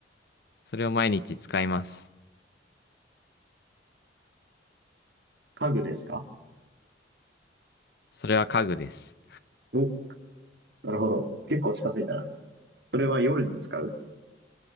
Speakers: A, on the left; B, on the right.
A: それを毎日使います。
B: 家具ですか
A: それは家具です。
B: お、なるほど。結構近づいたな。それは夜に使う